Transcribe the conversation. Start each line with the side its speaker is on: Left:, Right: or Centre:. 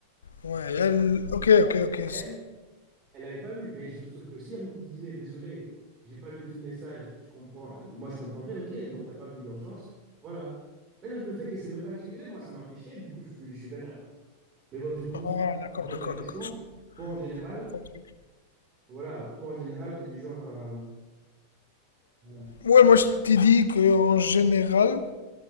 Left: Ouais, elle... Ok, ok, ok.
Right: Elle, Elle l'avait pas vu, mais je- sauf que si elle me disait, désolé, j'ai pas lu tout le message, je comprends. Moi, je comprendrais, ok, donc t'as pas vu l'urgence, voilà. Mais le, le fait qu'elle s'est même pas excusée, moi, ça m'a fait chier, du coup, je, je suis vénère. Mais bon, du coup,
Left: Ah,
Right: je
Left: d'accord,
Right: je pose
Left: d'accord,
Right: la question.
Left: d'accord. Je
Right: Toi, en général,
Left: comprends le truc.
Right: voilà, toi, en général, t'es du genre à... à-
Left: Ouais, moi je t'ai dit qu'en général...